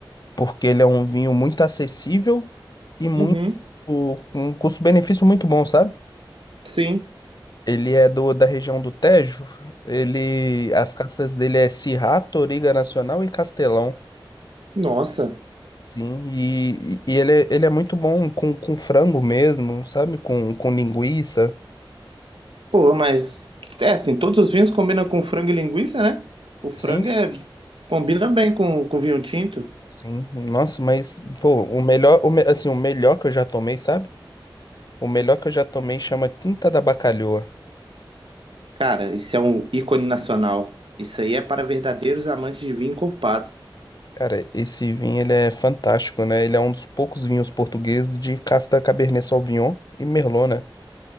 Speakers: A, on the left; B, on the right.
A: Porque ele é um vinho muito acessível e muito,
B: Uhum.
A: um custo-benefício muito bom, sabe?
B: Sim.
A: Ele é do, da região do Tejo, ele, as castas dele é Syrah, Toriga Nacional e Castelão,
B: Nossa.
A: sim, e, e ele, é- ele é muito bom com, com frango mesmo, sabe? Com, com linguiça,
B: Pô, mas. É assim, todos os vinhos combinam com frango e linguiça, né? O frango
A: sim,
B: é, combina bem com, com vinho tinto.
A: sim, nossa, mas, pô, o melhor, o, me- assim, o melhor que eu já tomei, sabe? O melhor que eu já tomei chama Quinta da Bacalhoa.
B: Cara, isso é um ícone nacional. Isso aí é para verdadeiros amantes de vinho encorpado.
A: Cara, esse vinho ele é fantástico, né? Ele é um dos poucos vinhos portugueses de casta Cabernet Sauvignon e Merlot, né?